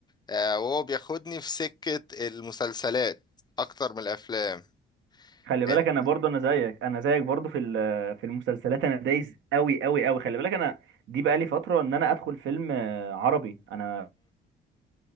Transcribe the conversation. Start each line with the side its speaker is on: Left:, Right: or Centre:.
Left: آه وهو بياخدني في سكة المسلسلات اكتر من الافلام
Right: خلي بالك
Left: انت
Right: انا برضه انا زيك انا زيك برضه في ال- في المسلسلات انا دايس قوي قوي قوي خلي بالك انا دي بقالي فتره ان انا ادخل فيلم آه، عربي انا